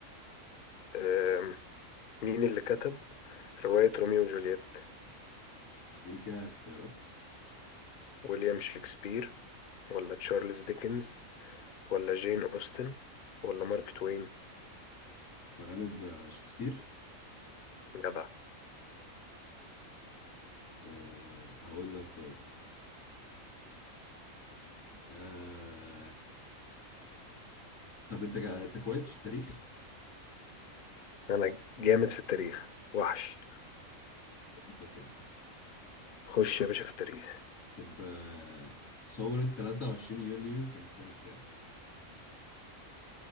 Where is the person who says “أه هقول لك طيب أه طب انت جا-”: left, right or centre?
Left